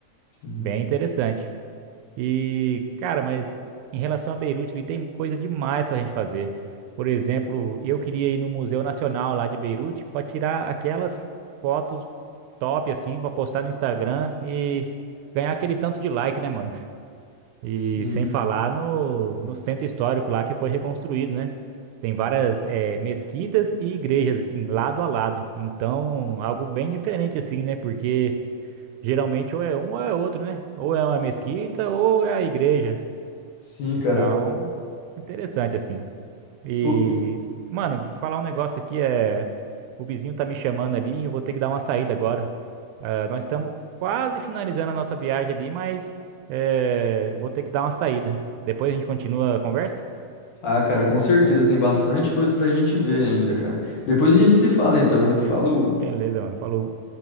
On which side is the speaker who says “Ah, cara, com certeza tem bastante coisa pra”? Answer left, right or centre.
Left